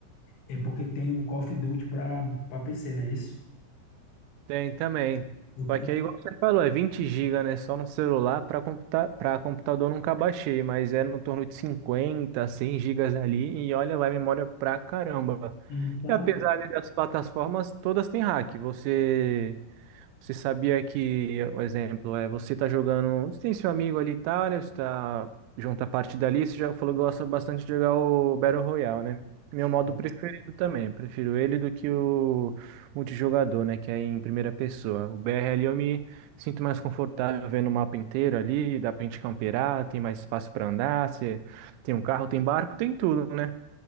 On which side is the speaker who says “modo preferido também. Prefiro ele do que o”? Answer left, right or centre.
Right